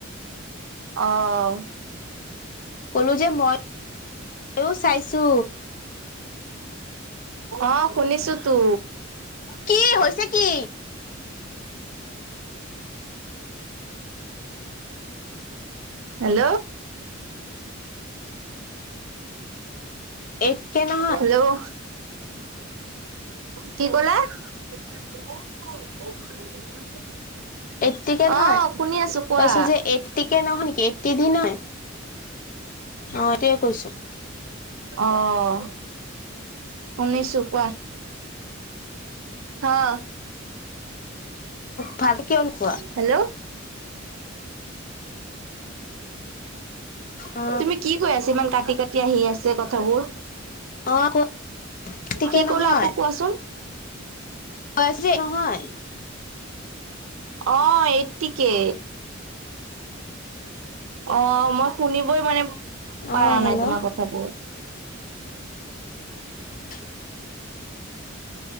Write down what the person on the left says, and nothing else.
কলো যে মই ময়ো চাইছো।
কি হৈছে কি?
এইট কে নহয়
এটিকে
নহয়
কৈছো যে এটিকে নহয় ন এটি দি নাই অ', সেইটোৱে কৈছো।
ভালে কিয় হব
অ
অ এইটটি কে
নহয়
কৈ আছো যে নহয়
অ
হেল্ল'
<unintelligible>